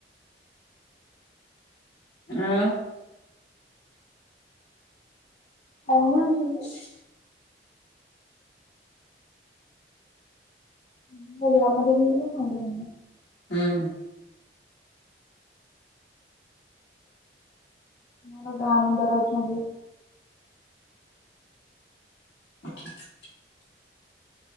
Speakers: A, on the left (about 80°); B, on the left (about 40°).
A: ଆଉ।
B: ଆଉ କଣ ଅଛନ୍ତି?
A: <inaudible>
B: <unintelligible>
A: ହୁଁ।
B: ମୋର ଗାଁ ମୁଣ୍ଡରେ ଅଛନ୍ତି।
A: <inaudible>